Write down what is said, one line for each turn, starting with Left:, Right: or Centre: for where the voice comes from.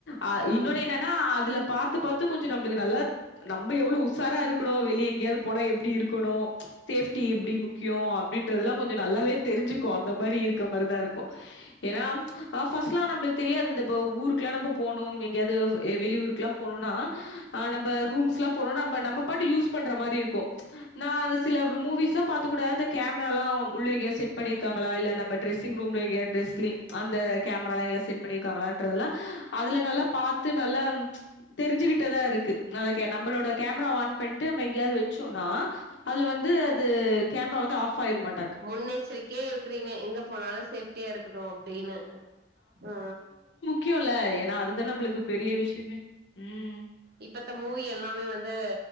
Left: ஆ
Right: ம்
Left: இன்னொனு என்னனா அதுல பாத்து பாத்து கொஞ்ச நம்ளுக்கு நல்லா நம்ப எவ்ளோ உசாரா இருக்குணு வெளிய எங்யாது போனா எப்டி இருக்கொணு சேஃப்டி எப்டி முக்கியோ அப்டின்றதுல்லா கொஞ்ச நல்லாவே தெரிஞ்சுக்கு அந்த மாரி இருக்க மாரிதா இருக்கு ஏனா அ ஃபர்ஸ்ட்லா நம்ப்ளுக் தெரியாது இந்த ப ஊருக்லா நம்ப போனோம் எங்யாது எ வெளி ஊர்க்லா போனுனா அ நம்ப ரூம்ஸ்லா போனோனா நம்ப நம்ப பாட்டு யூஸ் பண்ற மாரி இருக்கு நா அத சில மூவிஸ்லா பாத்துக்கூட அந்த கேம்ரால உள்ள இங்யாது செட் பண்ணிருக்காங்களா இல்ல நம்ம ட்ரெஸ் சிங் ரூம்ல எங்யாது ட்ரெஸ்லிங் அந்த கேம்ராலா எங்ள செட் பண்ணிருக்காங்லான்ற இதுலா அதுல நல்லா பாத்து நல்லா தெரிஞ்சுகிட்டதா இருக்கு அத கே நம்பளோட கேம்ரா ஆன் பண்ணி டு நம்ப எங்யாது வெச்சோனா அதுல வந்து அது கேம்ரா வந்து ஆஃப் ஆயிரு மட்
Right: முன் எச்ரிக்யா இருக்குறீங்க எங்க போனாலு சேஃப் டியா இருக்குட்டு அப்டினு அ
Left: கியோல்ல ஏன்னா அதுதா நம்ப்ளுக்கு பெரிய விஷ்யமே ம்
Right: இப்பத்த மூவி எல்லாமே வந்து